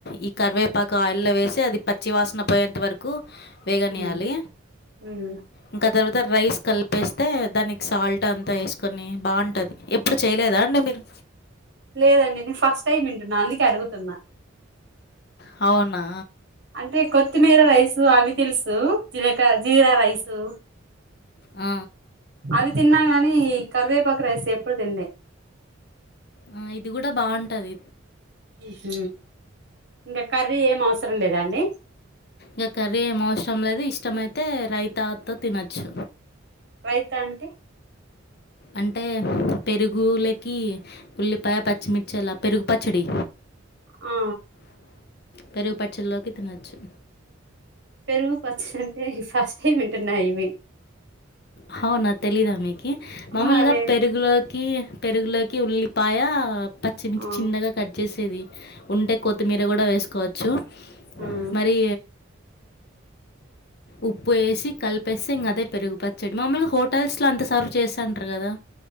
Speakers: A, on the left; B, on the right.
A: ఈ కర్వే పాకు ఆయిల్లో వేసి అది పచ్చి వాసన పోయేంత వరకు వేగనీయాలి
B: ఉమ్ ఉమ్
A: ఇంకా తర్వాత రైస్ కలిపేస్తే దానికి సాల్ట్ అంతా ఎసుకొని బావుంటది ఎప్ ప్పుడు చేయలేదా అండి మీరు
B: లేదండి నేన్ ఫస్ట్ టైమ్ వింటున్నా అందుకే అడుగుతున్నా
A: హావునా
B: అంటే కొత్తిమీర రైసు అవి తెల్సూ జీలక జీరా రైసు
A: ఆ
B: అవి తిన్నా గాని ఈ కరివేపాకు రైస్ ఎప్పుడు తిన్లే
A: ఆ ఇది కూడా బాగుంటది
B: ఉహ్ ఇంగ కర్రీ ఏం అవసరం లేదా అండి
A: ఇగ కర్రీ ఏం అవసరం లేదు ఇష్టమైతే రైతాతో తినొచ్చు
B: రైతా అంటే
A: అంటే పెరుగూ లకి ఉల్లిపాయ పచ్చిమిర్చి అలా పెరుగు పచ్చడి
B: ఆ
A: పెరుగు పచ్చల్లోకి తినొచ్చు
B: పెరుగు పచ్చడంటే ఫస్ట్ టైం వింటున్నా ఇవి
A: హౌనా తెలీదా మీకి మామూలుగా
B: ఆ లేదు
A: పెరుగులోకి పెరుగులోకి ఉల్లిపాయ పచ్చిమిర్చి
B: ఆ
A: చిన్నగా కట్ చేసేది ఉంటే కొత్తిమీ దే గూడా వేస్కోవొచ్చు
B: హ్మ్
A: మరి ఉప్పు ఏసి కలిపేస్సే ఇంగదే పెరుగు పచ్చడి మమూల్గ హోటల్స్ల అంత సర్వ్ చేస్తాంటరు కదా